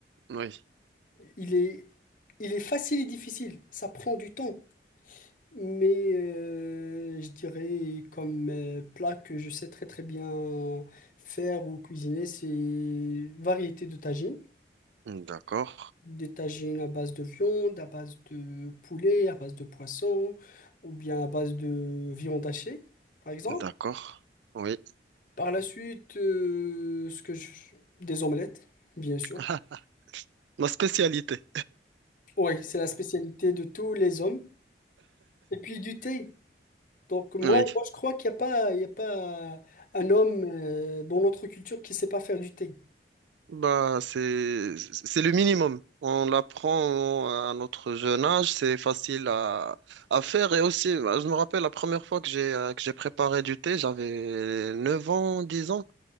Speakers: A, on the right; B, on the left.
A: Oui.
B: Il est, il est facile et difficile. Ça prend du temps. Mais euh, je dirais comme euh, plat que je sais très très bien faire ou cuisiner, c'est variété de tagines.
A: D'accord.
B: Des tagines à base de viande, à base de poulet, à base de poisson, ou bien à base de viande hachée, par exemple.
A: D'accord. Oui.
B: Par la suite, euh, ce que je... des omelettes, bien sûr.
A: <laughs> Ma spécialité.
B: Oui, c'est la spécialité de tous les hommes. Et puis du thé. Donc moi,
A: Oui.
B: moi je crois qu'il n'y a pas, il y a pas un homme euh, dans notre culture qui ne sait pas faire du thé.
A: Bah, c'est, c'est le minimum. On l'apprend à notre jeune âge, c'est facile à, à faire. Et aussi, bah, je me rappelle la première fois que j'ai euh, que j'ai préparé du thé, j'avais 9 ans, 10 ans.